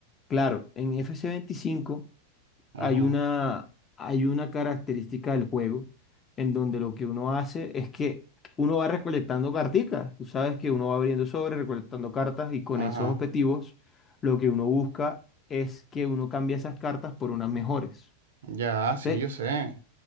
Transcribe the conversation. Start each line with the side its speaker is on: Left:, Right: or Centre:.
Left: claro, en fc veinticinco
Right: ujú,
Left: hay una, hay una característica del juego en donde lo que uno hace es que uno va recolectando carticas. Tú sabes que uno va abriendo sobre, recolectando cartas y con
Right: ajá.
Left: esos objetivos lo que uno busca es que uno cambie esas cartas por unas mejores.
Right: Ya, sí,
Left: Entonces,
Right: yo sé.